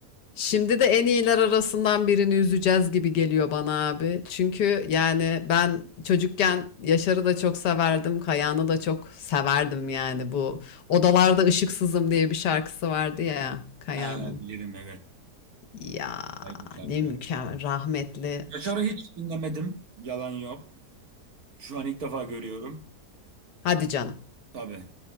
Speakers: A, on the left (about 85°); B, on the right (about 65°).
A: Şimdi de en iyiler arasından birini üzeceğiz gibi geliyor bana abi. Çünkü yani ben çocukken Yaşar'ı da çok severdim, Kayahan'ı da çok severdim yani bu Odalarda Işıksızım diye bir şarkısı vardı ya Kayahan'ın.
B: Ha, bilirim evet.
A: Ya
B: Evet bu şarkı.
A: ne mükemmel rahmetli.
B: Yaşar'ı hiç dinlemedim. Yalan yok. Şu an ilk defa görüyorum.
A: Hadi canım.
B: Tabii.